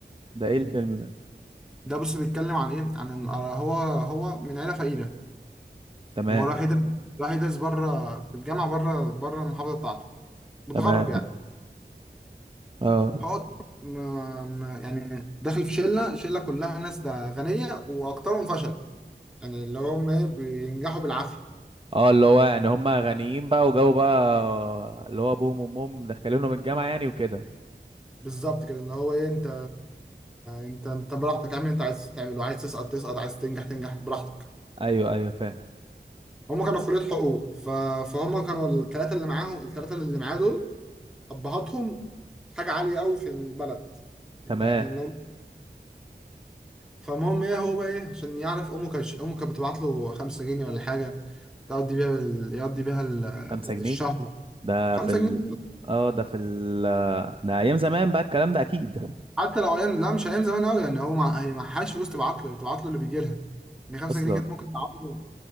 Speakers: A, on the right; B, in the centre.
A: ده ايه الفيلم ده
B: ده بص بيتكلم عن ايه عن ال- هو هو من عيلة فقيرة
A: تمام
B: هو راح يدرس راح يدرس بره في الجامعة بره بره المحافظة بتاعته متغرب
A: تمام
B: يعني
A: اه
B: فقلت ما ما يعني داخل في شله شله كلها ناس ده غنيه واكترهم فشل يعني اللي هم ايه بينجحوا بالعافيه
A: اه اللي هو يعني هم غنيين بقى وجو بقى اللي هو ابوهم وامهم مدخلينهم الجامعه يعني وكده
B: بالظبط كده اللي هو ايه انت انت انت براحتك اعمل اللي انت عايز تعمله عايز تسقط تسقط عايز تنجح تنجح براحتك
A: ايوه ايوه فاهم
B: هم كانوا في كليه حقوق ف... فهم كانوا الثلاثه اللي معاهم الثلاثه اللي معاه دول ابهاتهم حاجه عاليه قوي في البلد يعني
A: تمام
B: اللي هم فالمهم ايه هو بقى ايه عشان يعرف امه كانت امه كانت بتبعت له 5 جنيه ولا حاجه تقضي بيها ال... يقضي بيها ال...
A: خمسة جنيه
B: الشهر
A: ده
B: 5
A: في ال
B: جنيه
A: اه ده في ال ده ايام زمان بقى الكلام ده اكيد
B: حتى لو ايام لا مش ايام زمان قوي يعني هو مع... هي معهاش فلوس تبعت له بتبعت له اللي بيجي لها يعني 5
A: اصلا
B: جنيه كانت ممكن تقعد له